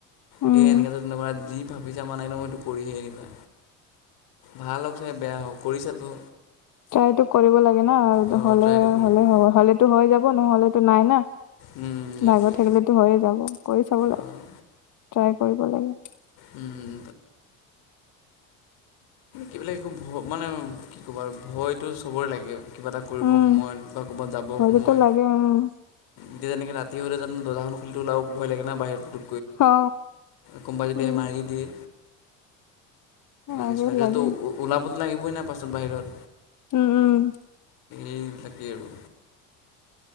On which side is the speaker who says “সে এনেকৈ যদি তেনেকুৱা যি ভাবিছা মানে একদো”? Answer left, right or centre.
Left